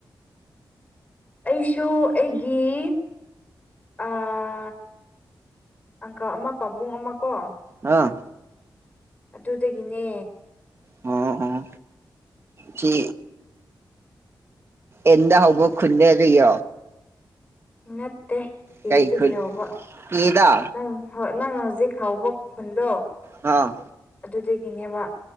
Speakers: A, on the left; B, on the right.
A: ꯑꯩꯁꯨ ꯑꯩꯒꯤ ꯑꯥ ꯑꯪꯀ ꯑꯃ ꯄꯥꯕꯨꯡ ꯑꯃ ꯀꯣ
B: ꯑꯥ
A: ꯑꯗꯨꯗꯒꯤꯅꯦ꯫
B: ꯑꯣ-ꯑꯣ ꯁꯤ ꯑꯦꯟꯗ ꯍꯧꯕꯣ ꯈꯨꯟꯗꯗꯤꯌꫭ
A: ꯅꯠꯇꯦ ꯑꯦꯗꯒꯤ
B: ꯀꯩ ꯈꯨꯟ
A: ꯍꯧꯕ
B: ꯏꯗ
A: ꯅꯪ ꯍꯣꯏ ꯅꯪꯅ ꯍꯧꯖꯤꯛ ꯍꯥꯎꯕ ꯈꯨꯟꯗꯣ
B: ꯑꯥ꯫
A: ꯑꯗꯨꯗꯒꯤꯅꯦꯕ꯫